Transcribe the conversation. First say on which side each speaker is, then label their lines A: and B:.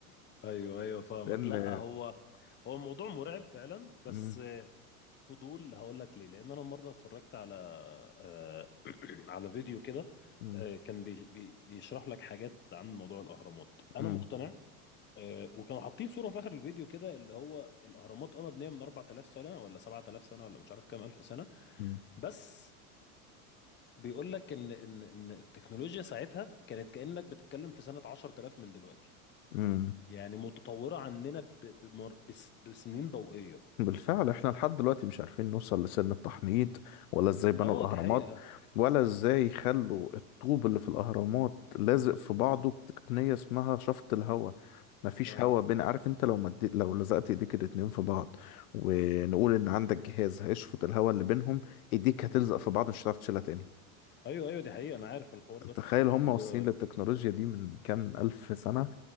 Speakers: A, on the left; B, on the left.
A: ايوه ايوه فاهمك
B: <laughs> لان
A: لا هو هو الموضوع مرعب فعلا
B: مم،
A: بس آه، فضول هقول لك ليه لان انا مره اتفرجت على آه، <clears throat> على فيديو كده
B: مم،
A: آه، كان بي- بي- بيشرح لك حاجات عن موضوع الاهرامات انا
B: مم،
A: مقتنع آه، وكانوا حاطين صوره في اخر الفيديو كده اللي هو الاهرامات اه مبنيه من 4000 سنه ولا 7000 سنه ولا مش عارف كام الف سنه
B: مم،
A: بس بيقول لك ان ان ان التكنولوجيا ساعتها كانت كانك بتتكلم في سنه 10000 من دلوقتي
B: مم.
A: يعني متطورة عننا ب... بمر... بس... بسنين ضوئية
B: بالفعل احنا لحد دلوقتي مش عارفين نوصل لسن التحنيط ولا ازاي
A: اه
B: بنوا الاهرامات
A: دي حقيقة
B: ولا ازاي خلوا الطوب اللي في الاهرامات لازق في بعضه بتقنية اسمها شفط الهواء مفيش
A: اه
B: هواء بين عارف انت لو مدي... لو لزقت ايديك الاتنين في بعض ونقول ان عندك جهاز هيشفط الهواء اللي بينهم ايديك هتلزق
A: امم
B: في بعض مش هتعرف تشيلها تاني
A: ايوه ايوه دي حقيقة انا عارف الحوار ده
B: تخيل هم
A: و
B: واصلين للتكنولوجيا دي من كام ألف سنة